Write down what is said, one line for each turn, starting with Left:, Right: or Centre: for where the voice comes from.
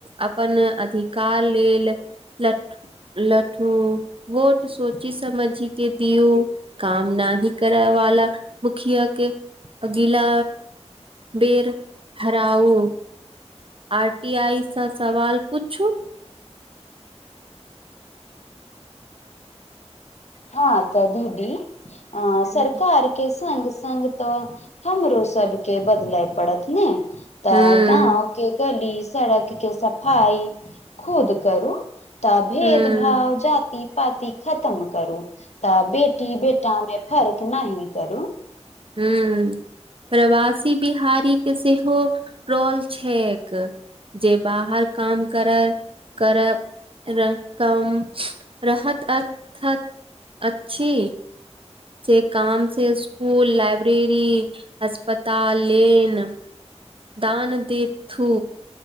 Right: अपन अधिकार लेल लठ लठू वोट सोची समझि के दियू काम न आनी करैवाला मुखिया के अगिला बेर हराउ आर टी आई सँ सवाल पुछू
Left: हाँ तऽ दीदी आ सरकारके
Right: हूँ
Left: संग संग तऽ हमरो सबके बदलय पड़त ने तऽ
Right: हूँ
Left: गाँव के गली सड़क के सफाई खुद करू तऽ भेद
Right: हूँ
Left: भाव जा जाति पाति खतम करू तऽ बेटी बेटा मे फर्क नहि करू
Right: हूँ प्रवासी बिहारीके सेहो रोल छैक जे बाहर काम करय करय करय कम रहत अ अथक अछि से काम से स्कूल लाइब्रेरी अस्पताल लेन दान देथू